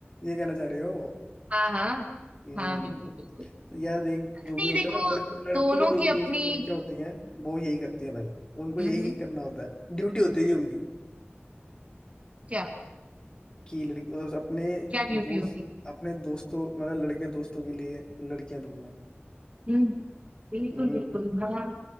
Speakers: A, on the left (about 20°); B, on the right (about 30°).
A: ये कहना चाह रहे हो
B: <laughs> हाँ हाँ
A: हम्म,
B: हाँ बिल्कुल बिल्कुल
A: यार देख
B: नहीं
A: जो भी होता
B: देखो
A: है ना लड़कों लड़कों
B: दोनों
A: की जो
B: की
A: भी दोस्त
B: अपनी
A: लड़कियां होती हैं वो यही करती हैं भाई उनको
B: हम्म
A: यही
B: हम्म,
A: करना होता है ड्यूटी होती है ये उनकी
B: क्या
A: कि लड़की दोस्त- अपने
B: क्या ड्यूटी
A: दोस्त
B: होती है
A: अपने दोस्तों मतलब लड़के दोस्तों के लिए लड़कियां ढूंढना
B: हम्म बिल्कुल
A: हम्म
B: बिल्कुल हाँ